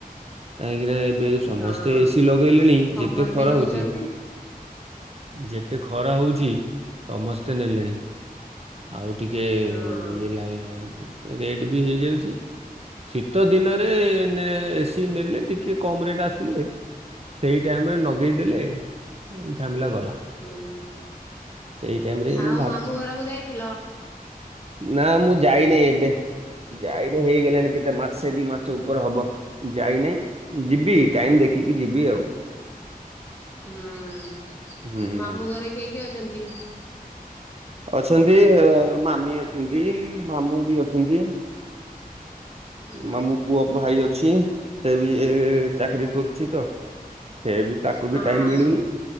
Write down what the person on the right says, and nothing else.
କାହିଁକି ନା ଏ ବେ ସମସ୍ତେ
ଏସିି ଲଗେଇଲେଣି
ଯେତେ ଖରା
ହୋଉଛି। ଯେତେ ଖରା ହୋଉଛି ସମସ୍ତେ ନେଲେଣି। ଆଉ ଟିକେ
ଇଏ ଲାଏ ରେଟ ବି ହେଇଯାଉଛି। ଶୀତ ଦିନରେ ଏନେ ଏସିି ନେଲେ ଟିକେ କମ୍ ରେଟ୍ ଆସିଲେ ସେଇ ଟାଇମ୍ ରେ ନଗେଇଦେଲେ ଉଁ ଝାମ୍ ଲା ଗଲା।
ସେଇ ଟାଇମ୍ ରେ ମୁଁ
ନାଁ ମୁଁ ଯାଇନେଇ ଏବେ। ଜାଇନି ହେଇଗଲାଣି କେତେ ମାସେ ଦି ମାସେ ଉପର ହବ। ଯାଇନାହିଁ ଯିବି ଟାଇମ୍ ଦେଖିକି ଯିବି ଆଉ।
ହୁଁ।
ଅଛନ୍ତି, ଆ ମାମି ଅଛନ୍ତି, ମାମୁଁ ବି ଅଛନ୍ତି।
ମାମୁଁ ପୁଅ ଭାଇ ଅଛି, ସେ ବି ଏ ଚାକିରୀ କରୁଛି ତ ସେବି ତାକୁ
ବି ଟାଇମ୍ ମିଳୁନି,